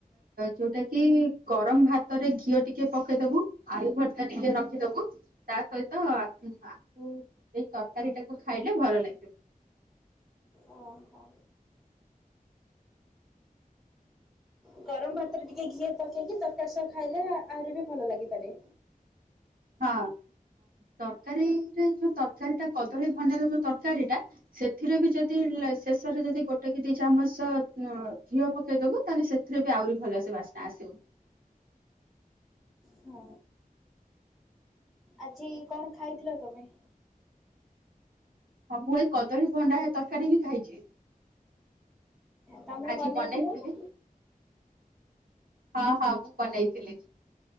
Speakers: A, on the right; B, in the centre.
A: ଯୋଉଟା କି ଗରମ ଭାତରେ ଘିଅ ଟିକେ ପକେଇଦବୁ ଆଳୁ ଭର୍ତା ଟିକେ ରଖିଦବୁ। ତା ସହିତ ଆ ଏଇ ତରକାରୀ ଟାକୁ ଖାଇଲେ ଭଲ ଲାଗିବ।
B: ଓହୋ। ଗରମ ଭାତରେ ଟିକେ ଘିଅ ପକେଇକି ତରକାରୀ ଖାଇଲେ ଆହୁରି ବି ଭଲ ଲାଗିପାରେ।
A: ହଁ ତରକାରୀରେ ଯୋଉ ତରକାରୀଟା କଦଳୀ ଭଣ୍ଡାର ଯୋଉ ତରକାରୀଟା ସେଥିରେ ବି ଯଦି ଶେଷରେ ଯଦି ଗୋଟେ କି ଦି ଚାମଚ ଘିଅ ପକେଇଦବୁ ତାହେଲେ ସେଥିରେ ବି ଆହୁରି ଭଲସେ ବାସ୍ନା ଆସିବ।
B: ହଁ। ଆଜି କଣ ଖାଇଥିଲ ତମେ?
A: ହଁ ମୁଁ ଏ କଦଳୀ ଭଣ୍ଡା ହେ ତରକାରୀ ହିଁ ଖାଇଛି।
B: ତମେ
A: ଆଜି
B: ବନେଇଥିଲ
A: ବନେଇଥିଲି
B: ନା?
A: ହଁ ହଁ ମୁଁ ବନେଇଥିଲି।